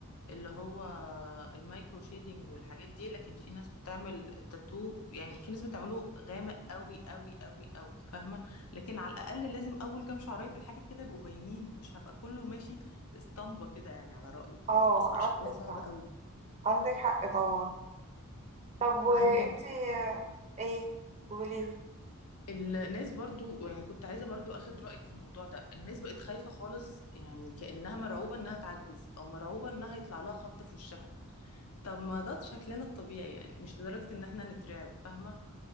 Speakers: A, on the left; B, on the right.
A: اللي هو المايكرو شيدنج والحاجات دي لكن في ناس بتعمل التاتو يعني في ناس بتعمله غامق قوي قوي قوي قوي فاهمه لكن على الاقل لازم اول كام شعرايه في الحاجب كده يبقوا باينين مش هبقى كله ماشي اسطمبه كده يعني على رايك
B: اه
A: بتبقى صع...
B: عندك
A: شكلها صعب
B: حق
A: قوي
B: عندك حق طبعا طب وانتي
A: عندك
B: آه، ايه قولي
A: الناس برضو يعني كنت عايزه برضو اخد رايك في الموضوع ده الناس بقت خايفه خالص يعني كانها مرعوبه انها تعجز او مرعوبه انها يطلع لها خط في وشها طب ما ده شكلنا الطبيعي يعني مش لدرجه ان احنا نترعب فاهمه